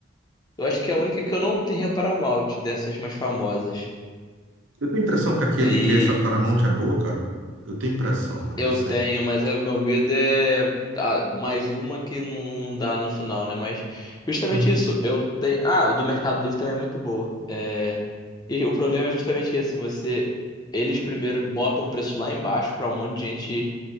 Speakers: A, on the left; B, on the right.
A: Eu acho que é a única que eu não tenho é a Paramount, dessas mais famosas.
B: Eu tenho impressão que aquele,
A: E
B: que essa Paramount é boa, cara. Eu tenho impressão, né? Não
A: Eu
B: sei.
A: tenho, mas o meu medo é ah, mais uma que não dá no final, né? Mas justamente
B: Hum.
A: isso, eu tenho. Ah, o do Mercado Livre também é muito boa. É, E o problema é justamente esse, você. Eles primeiro botam o preço lá embaixo pra um monte de gente